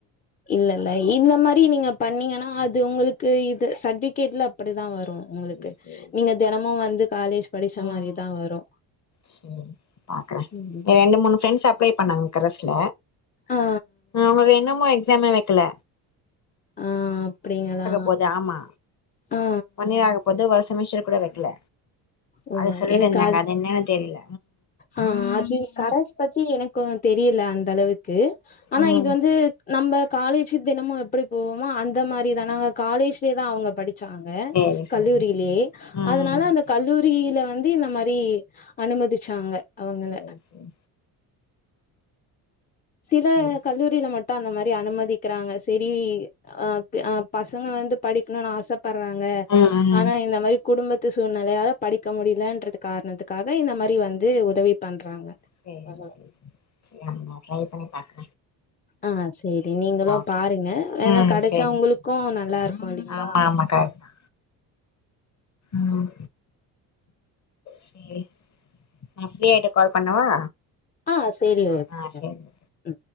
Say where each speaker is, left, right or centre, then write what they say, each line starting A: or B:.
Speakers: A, on the left (about 20°); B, on the left (about 40°).
A: இல்ல இல்ல இந்த மாரி நீங்க பண்ணீங்கனா அது உங்களுக்கு இது சட்பிகேட்லா அப்படிதா வரும் உங்ளுக்கு
B: சேரி சேரி
A: நீங்க தெனமு வந்து காலேஜ் படிச்ச
B: ம்
A: மாரிதா வரு
B: செரி பாக்றன்
A: ம்
B: ரெண்டு மூணு ப்ரண்ட்ஸ் அப் பிளே பண்ணாங் கரஸ்ல
A: ஆ
B: அவ்களுக் இன்னமு எக்ஸாமே வெக்ல
A: ஆ அப்டிங்களா
B: போது ஆமா
A: ஆ
B: ஒன் இயர் ஆக போது ஒரு செமிஸ்சர் கூட வெக்ல
A: ஓ
B: அது சொல்லிட்
A: எனக்கு
B: இருந்தாங்க அது என்னன் தெரில
A: ஆ அது கரஸ் பத்தி எனக்கோ தெரில அந்தளவுக்கு ஆனா
B: ம்
A: இது வந்து நம்ப காலேஜ் தினமும் எப்டி போவோமோ அந்த மாரி தா நாங்க காலேஜ்லே தா அவங்க படிச் சாங்க
B: சேரி சேரி
A: கல்லூரிலே
B: ம்
A: அதனால
B: ம்
A: அந்த கல்லூரியில வந்து இந்த மாரி அனுமதிச்சாங்க அவங்கள
B: சேரி சேரி
A: சில
B: சேரி
A: கல்லூரில மட் இப்ப அந்த மாரி அனுமதிக்கிறாங்க சரி அது அ பசங்க வந்து படிக்ணுனு ஆசப் பற்றாங்க
B: ம் ம்
A: ஆனா இந்த மாரிப் குடும்பத்து சூழ்நெலையால படிக்க முடியலன்றது காரணத்துக்காக இந்த மாரி வந்து உதவி பண்றாங்க
B: செரி
A: அவ்ளோ
B: செரி செரி நம்ம ட்ரை பண்ணி பாக்
A: ஆ சேரி நீங்களும்
B: ஓகே
A: பாருங்க ஏனா
B: ம்
A: கடைச்சா
B: சேரி
A: உங்ளுக்கும் நல்லாருக்கு இல்லிங்ளா
B: ஆமா ஆமா கரெக்ட் தா
A: <inaudible>
B: ம் சேரி நா ஃப்ரீயாட்டு கால் பண்ணவா
A: ஆ சேரி ஓகே
B: ஆ சேர்ங்க
A: ம்